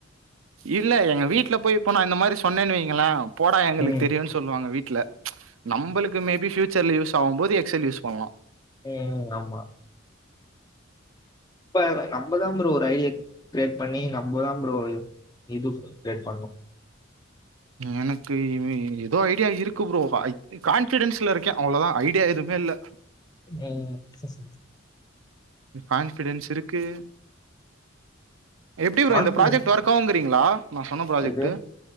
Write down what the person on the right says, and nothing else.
இல்ல எங்க வீட்ல போய் இப்ப நா இந்த மாரி சொன்னேனு வைங்ளே போடா எங்ளுக்கு
தெரியுனு சொல்லுவாங்க வீட்ல நம்பளுக்கு
மேபி ஃபுயூச்சர்ல யூஸ் ஆவும்போது எக்சல் யூஸ் பண்லா
எனக்கு இவி எதோ ஐடியா இருக்கு ப்ரோ ஐ கான்ஃபிடென்ஸ்ல இருக்கேன் அவ்ளதா ஐடியா எதுமே இல்ல
கான்ஃபிடென்ஸ் இருக்கு எப்டி ப்ரோ
இந்த ப்ராஜெக்ட் ஒர்க் ஆவுங்கறீங்ளா நா சொன்ன ப்ராஜெக்ட்டு